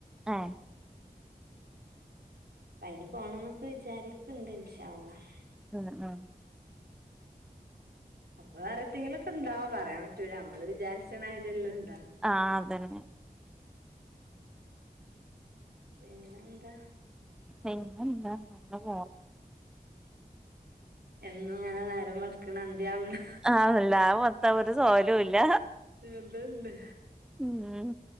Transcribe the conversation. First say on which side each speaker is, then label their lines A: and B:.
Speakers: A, in the centre; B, on the right.
A: ആഹ
B: അപ്പ അയിന് പോണം എന്നൊക്കെ വിചാരിക്കണ്ട് ഇൻഷാ അല്ലാഹ്
A: ആഹ് ആഹ്
B: അപ്പൊ വേറെത്തെെങ്കിലൊക്കെ ഉണ്ടാവും പറയാൻ പറ്റൂല്ല നമ്മള് വിചാരിച്ചണമാരി അല്ലാണ്ട്
A: ആഹ അതന്നെ
B: പിന്നെ എന്താ
A: പിന്നെന്താ ഇങ്ങനെ പോണ്
B: എന്നും ഇങ്ങനെ നേരം വെള്ക്ക്ണ്‌ അന്ത്യാവ്ണ്
A: ആതല്ല മൊത്തം ഒരു സോലോം ഇല്ല
B: അതന്നെ
A: ഉം